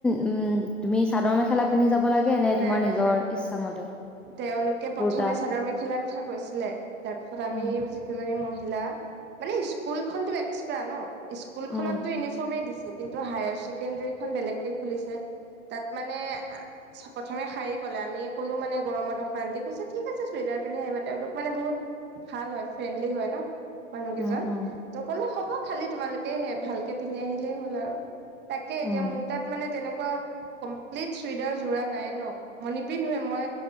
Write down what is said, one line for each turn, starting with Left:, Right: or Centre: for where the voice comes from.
Centre: উম তুমি চাদৰ মেখেলা পিন্ধি যাব লাগে নে
Right: নাই
Centre: তোমাৰ
Right: নাই
Centre: নিজৰ
Right: নাই নাই
Centre: ইচ্ছামতে?
Right: তেওঁলোকে
Centre: কুৰ্তা
Right: প্ৰথমে চাদৰ মেখেলাৰ কথা কৈছিলে তাৰ পিছত আমি
Centre: উম,
Right: যিকিজনী মহিলা <unintelligible> মানে স্কুলখনতো এক্সট্ৰা ন স্কুলখনতো
Centre: উম,
Right: ইউনিফৰ্মেই দিছে কিন্তু হায়াৰ ছেকেণ্ডাৰী খন বেলেগকে খুলিছে তাত মানে প্ৰথমে শাৰী ক'লে আমিয়ে ক'লো মানে গৰমত অশান্তি কৈছে ঠিক আছে চুৰিদাৰ পিন্ধি আহিবা তেওঁলোক মানে বহুত ভাল হয় ফ্ৰেণ্ডলি হয় ন মানুহ কেইজন
Centre: উম, উম,
Right: ত কলে হব খালি তোমালোকে ভালকে পিন্ধি আহিলেই হ'ল আৰু তাকে এতিয়া
Centre: উম,
Right: মোৰ তাত মানে তেনেকুৱা ৱা কলপ্লিট চুৰিদাৰ জোৰা নাই ন মই নিপিন্ধোৱে মই